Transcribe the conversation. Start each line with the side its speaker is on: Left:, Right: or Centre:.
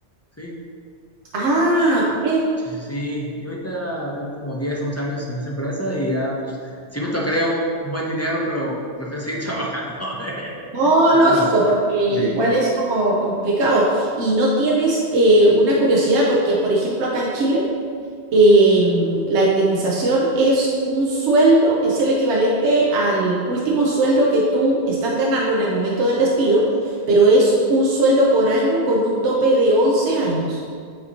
Left: ¿sí?
Right: Ah, ok.
Left: Sí, sí, sí. Yo ahorita tengo como 10, 11 años en esa empresa y ya, pues, sí me tocaría un buen dinero, pero prefiero seguir trabajando. <laughs>
Right: No,
Left: La
Right: lógico,
Left: verdad,
Right: porque igual
Left: sí.
Right: es como complicado. Y no tienes eh, una curiosidad, porque por ejemplo acá en Chile eh, mm, la indemnización es un sueldo, es el equivalente al último sueldo que tú estás ganando en el momento del despido, pero es un sueldo por año con un tope de once años.